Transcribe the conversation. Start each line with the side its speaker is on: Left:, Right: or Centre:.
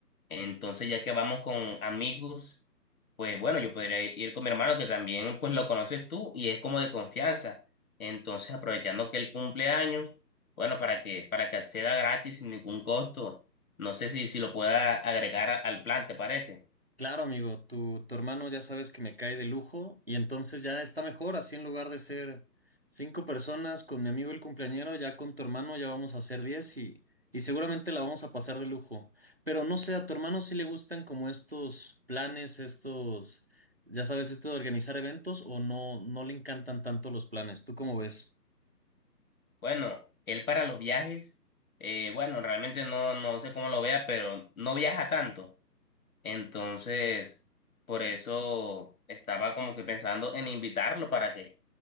Left: Entonces, ya que vamos con amigos, pues bueno, yo podría i- ir con mi hermano que también pues lo conoces tú y es como de confianza. Entonces, aprovechando que él cumple años, bueno, para que, para que acceda gratis sin ningún costo. No sé si, si lo pueda agregar a- al plan, ¿te parece?
Right: Claro, amigo, tu, tu hermano ya sabes que me cae de lujo y entonces ya está mejor, así en lugar de ser cinco personas con mi amigo el cumpleañero, ya con tu hermano ya vamos a ser diez y, y seguramente la vamos a pasar de lujo. Pero no sé, a tu hermano sí le gustan como estos planes, estos, ya sabes, esto de organizar eventos o no, no le encantan tanto los planes, ¿tú cómo ves?
Left: Bueno, él para los viajes, eh, bueno, realmente no, no sé cómo lo vea, pero no viaja tanto. Entonces, por eso estaba como que pensando en invitarlo para que,